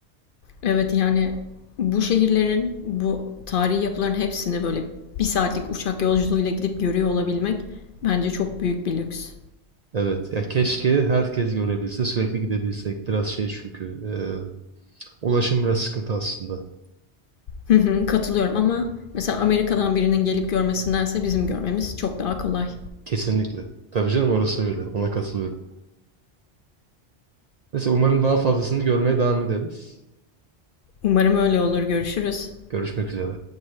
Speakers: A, on the left; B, on the right.
A: Evet, yani, bu şehirlerin, bu tarihi yapıların hepsini böyle bir saatlik uçak yolculuğuyla gidip görüyor olabilmek bence çok büyük bir lüks.
B: Evet ya keşke herkes görebilse sürekli gidebilsek. Biraz şey çünkü e, ulaşım biraz sıkıntı aslında.
A: Hı hı, katılıyorum ama mesela Amerika'dan birinin gelip görmesindense bizim görmemiz çok daha kolay.
B: Kesinlikle. Tabii canım orası öyle. Ona katılıyorum. Neyse umarım daha fazlasını görmeye devam ederiz.
A: Umarım öyle olur. Görüşürüz.
B: Görüşmek üzere.